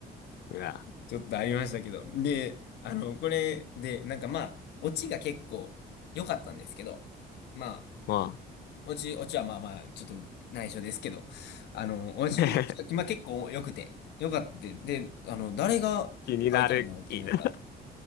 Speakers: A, on the left; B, on the left.
A: いや、
B: ちょっとありましたけど。で、あの、これで、なんかまあ、オチが結構良かったんですけど、まあ、
A: ま
B: おち、おちはまあまあ、ちょっと内緒ですけど、あの、おち、
A: あ、<laughs>
B: 今結構良くて、良かった。で、あの、誰が書いたんだろうと思ったら、
A: 気になる、気になる。